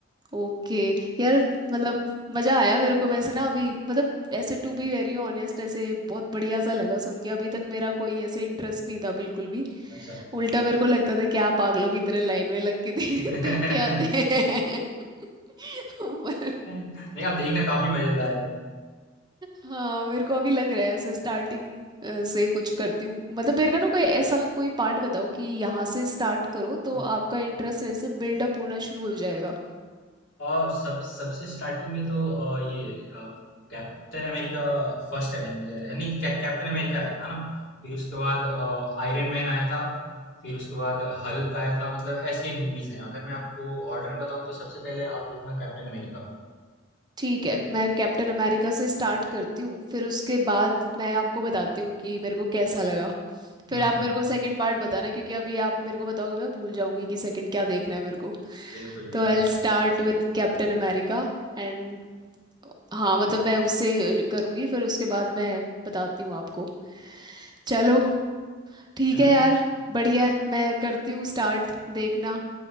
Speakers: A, on the right; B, on the left.
A: ओके यार मतलब मजा आया मेरे को वैसे ना अभी मतलब ऐसे टू बी वेरी ऑनेस्ट ऐसे बहुत बढ़िया सा लगा सुन के अभी तक मेरा कोई ऐसे इंटरेस्ट नहीं था बिल्कुल भी
B: अच्छा
A: उल्टा मेरे को लगता था क्या पागलों की तरह लाइन में लग के दे, <laughs>
B: <laughs>
A: देख के आते हैं <laughs> पर
B: नहीं आप देखना काफी मजेदार है
A: हाँ मेरे को अभी लग रहा है ऐसे स्टार्टिंग से कुछ करती हूँ मतलब मेरे को ना कोई ऐसा कोई पार्ट बताओ कि यहाँ से स्टार्ट करो तो
B: हाँ,
A: आपका इंटरेस्ट ऐसे बिल्डअप होना शुरू हो जाएगा
B: और सब सबसे स्टार्टिंग में तो अ, ये अ, कैप्टन अमेरिका फर्स्ट एवेंजर यानी कै, कैप्टन अमेरिका आया था ना फिर उसके बाद अ, आयरन मैन आया था फिर उसके बाद हल्क आया था मतलब ऐसे मूवीज हैं अगर मैं आपको ऑर्डर में बताऊं तो सबसे पहले आप देखना कैप्टन अमेरिका
A: ठीक है मैं कैप्टन अमेरिका से स्टार्ट करती हूँ फिर उसके बाद मैं आपको बताती हूँ कि मेरे को कैसा लगा फिर
B: हम्म
A: आप मेरे को सेकंड पार्ट बताना क्योंकि अभी आप मेरे को बताओगे मैं भूल जाऊंगी कि सेकंड क्या देखना है मेरे को
B: बिल्कुल
A: तो
B: बिल्कुल
A: I start with captain America and हाँ मतलब मैं उससे करूँगी फिर उसके बाद मैं बताती हूँ आपको चलो ठीक
B: चलो
A: है यार बढ़िया है मैं करती हूँ स्टार्ट देखना